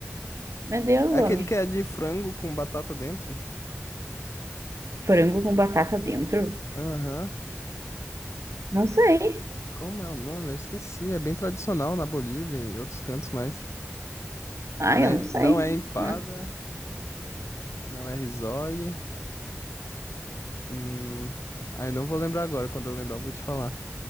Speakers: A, on the right; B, on the left.
A: Meu Deus,
B: É aquele
A: homem.
B: que é de frango com batata dentro?
A: Frango com batata dentro.
B: Aham.
A: Não sei.
B: Como é o nome? Eu esqueci. É bem tradicional na Bolívia e em outros cantos, mais.
A: Ah,
B: Né?
A: eu não sei.
B: Não é empada,
A: Não.
B: não é risole. Hum... Aí não vou lembrar agora. Quando eu lembrar, eu vou te falar.